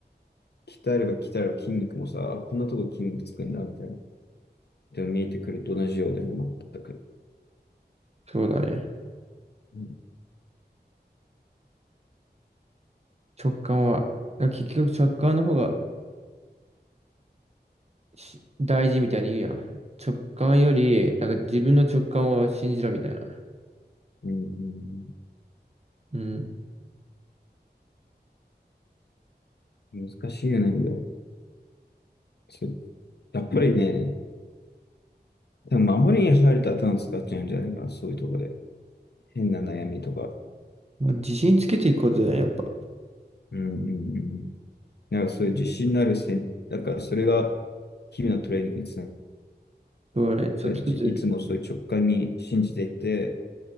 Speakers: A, on the left (about 70°); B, on the right (about 35°).
A: 鍛えれば鍛えれば筋肉もさ、あこんなとこ筋肉つくんだ、みたいな。でも見えてくると同じようだよね、全く。
B: そうだね。
A: うん
B: 直感は、なんか結局直感の方がし大事みたいに言うやん。直感より、なんか自分の直感を信じろみたいな。
A: うんうん
B: うん。
A: 難しいよね。でもそうやっぱりね、多分守りに入ると頭使っちゃうんじゃないかな、そういうとこで。変な悩みとか。
B: まあ、自信つけていくことだね、やっぱ。
A: うんうんうん。なんかそういう自信のある戦、だからそれが日々のトレーニングにつな
B: そうだね。ちょっとず
A: がり、いつもそういう直感に信じていて、